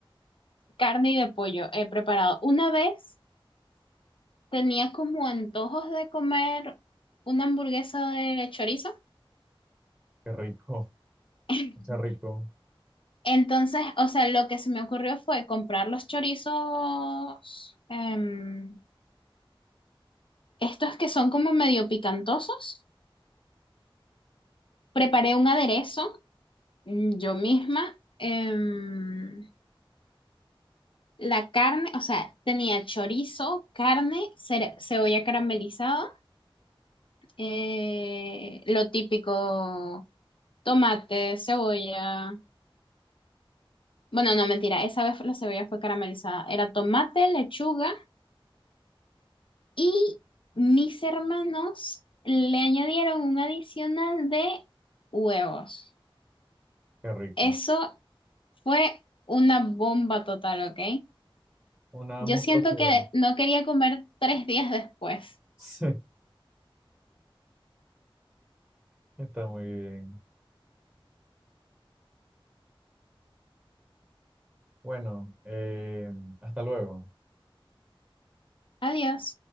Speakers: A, on the left (about 65°); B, on the right (about 15°).
A: Carne y de pollo he preparado. Una vez tenía como antojos de comer una hamburguesa de chorizo.
B: Qué rico,
A: <laughs>
B: <laughs> qué rico,
A: Entonces, o sea, lo que se me ocurrió fue comprar los chorizos, em, estos que son como medio picantosos. Preparé un aderezo mm, yo misma. em, la carne, o sea, tenía chorizo, carne, cere- cebolla caramelizada, eh, lo típico, tomate, cebolla. Bueno, no, mentira, esa vez la cebolla fue caramelizada. Era tomate, lechuga y mis hermanos le añadieron un adicional de huevos.
B: qué rico.
A: Eso fue una bomba total, ¿ok?
B: Una
A: Yo
B: monstruosidad.
A: siento que no quería comer tres días después.
B: <laughs> Sí, está muy bien. Bueno, eh, hasta luego.
A: Adiós.